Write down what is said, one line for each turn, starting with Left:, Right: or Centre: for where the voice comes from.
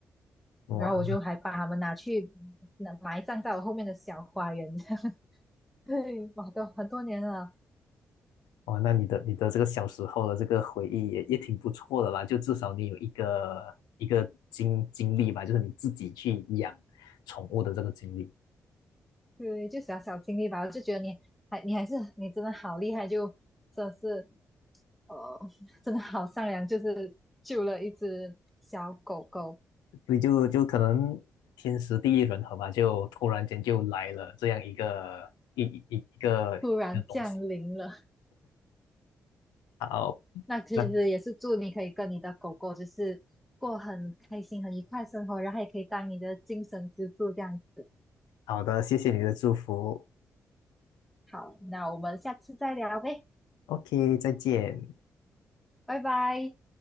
Left: 哇
Centre: 然后我就还把他们拿去那埋葬在我后面的小花园，<laughs> 这样，<laughs> 对，我都很多年了，
Left: 哇，那你的你的这个小时候的这个回忆也也挺不错的啦，就至少你有一个一个经经历吧，就是你自己去养宠物的这个经历。
Centre: 对，就小小经历吧，我就觉得你还你还是你真的好厉害，就真的是呃，真的好善良，就是救了一只小狗狗，
Left: 所以就就可能天时地利人和吧，就突然间就来了这样一个一一一个一个东西。
Centre: 突然降临了。
Left: 好，
Centre: 那其实也是祝你可以跟你的狗狗就是过很开心、
Left: 那
Centre: 很愉快的生活，然后也可以当你的精神支柱这样子。
Left: 好的，谢谢你的祝福。
Centre: 好，那我们下次再聊呗，
Left: OK，再见。
Centre: 拜拜。